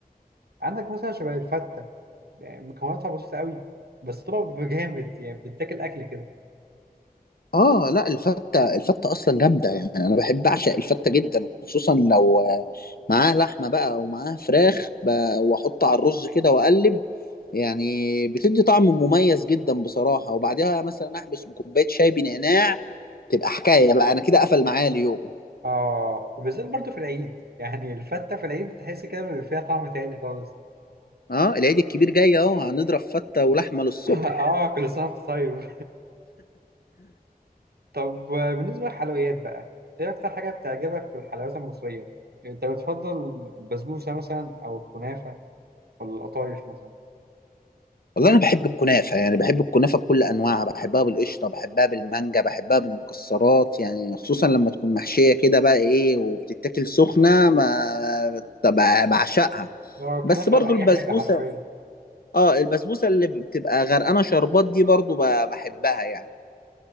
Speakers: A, on the right; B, on the left.
A: عندك مثلا شبه الفتة يعني مكوناتها بسيطة قوي بس طبعا بيبقى جامد يعني بتاكل أكل كده
B: اه لا الفتة الفتة اصلا جامدة يعني انا بحب اعشق الفتة جدا وخصوصا لو آه، معاها لحمة بقى ومعاها فراخ ب- واحط على الرز كده واقلب يعني بتدي طعم مميز جدا بصراحة وبعدها مثلا احبس بكوباية شاي بنعناع تبقى حكاية بقى انا كده قفل معايا اليوم
A: آه وبالذات برضه في العيد يعني الفتة في العيد بتحس كده بيبقى فيها طعم تاني خالص
B: اه العيد الكبير جاي اهو هنضرب فتة ولحمة للصبح
A: <laughs> آه كل سنة وأنت طيب <laughs> طب آه، بالنسبة للحلويات بقى إيه أكتر حاجة بتعجبك في الحلويات المصرية؟ يعني أنت بتفضل البسبوسة مثلا أو الكنافة ولا القطايف مثلا؟
B: والله انا بحب الكنافه يعني بحب الكنافه بكل انواعها بحبها بالقشطه بحبها بالمانجا بحبها بالمكسرات يعني خصوصا لما تكون محشيه كده بقى ايه وبتتاكل سخنه ما طب بعشقها
A: آه، الكنافة
B: بس برضو
A: بأي
B: البسبوسه
A: حاجة حرفيا
B: اه البسبوسه اللي بتبقى غرقانه شربات دي برضو ب- بحبها يعني